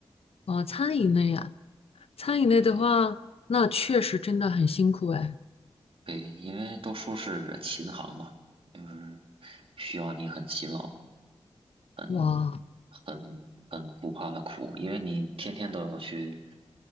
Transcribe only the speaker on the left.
哦，餐饮类啊，餐饮类的话，
那确实真的很辛苦哎。
哇，